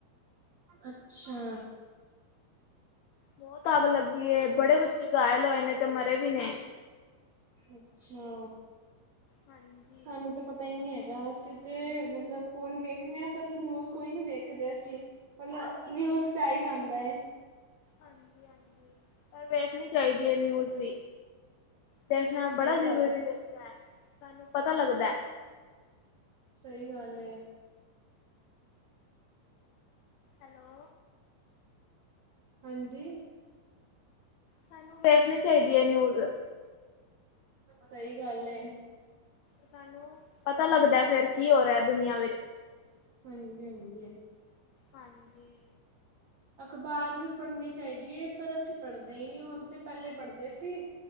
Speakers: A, on the right (about 75°); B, on the left (about 85°).
A: ਅਛਾ
B: ਬਹੁਤ ਅੱਗ ਲੱਗੀ ਬੜੇ ਬੱਚੇ ਘਾਇਲ ਹੋਏ ਨੇ ਤੇ ਮਰੇ ਵੀ ਨੇ
A: ਅਛਾ
B: ਹਾਂਜੀ
A: ਸਾਨੂੰ ਤਾਂ ਪਤਾ ਹੀ ਨਹੀਂ ਹੈਗਾ ਅਸੀਂ ਤੇ ਮਤਲਬ ਫੋਨ ਵੇਖਣੇ ਹਾਂ ਪਰ ਨਿਊਜ਼ ਕੋਈ ਨੀ ਵੇਖਦੇ ਅਸੀਂ ਮਤਲਬ ਨਿਊਜ਼ ਤੇ ਆ ਹੀ ਜਾਂਦਾ
B: ਹਾਂਜੀ -ਹਾਂਜੀ ਪਰ ਵੇਖਣੀ ਚਾਹੀਦੀ ਹੈ ਨਿਊਜ਼ ਵੀ ਦੇਖਣਾ
A: ਸਹੀ
B: ਬੜਾ ਜ਼ਰੂਰੀ
A: ਗੱਲ ਏ
B: ਹੁੰਦਾ ਹੈ ਸਾਨੂੰ ਪਤਾ ਲੱਗਦਾ ਹੈ।
A: ਸਹੀ ਗੱਲ
B: ਹੈਲੋ
A: ਹਾਂਜੀ
B: ਸਾਨੂੰ ਵੇਖਣੀ ਚਾਹੀਦੀ ਹੈ ਨਿਊਜ਼
A: ਸਹੀ ਗੱਲ ਹੈ
B: ਸਾਨੂੰ ਪਤਾ ਲੱਗਦਾ, ਫੇਰ ਕੀ ਹੋ ਰਿਹਾ ਦੁਨੀਆਂ ਵਿੱਚ
A: ਹਾਂਜੀ- ਹਾਂਜੀ ਹੈ।
B: ਹਾਂਜੀ।
A: ਅਖ਼ਬਾਰ ਵੀ ਪੜ੍ਹਨੀ ਚਾਹੀਦੀ ਹੈ। ਪਰ ਅਸੀ ਪੜ੍ਹਦੇ ਹੀ ਨਹੀ ਹੁਣ ਤੇ ਪਹਿਲੇ
B: ਹਾਂਜੀ,
A: ਪੜ੍ਹਦੇ ਸੀ।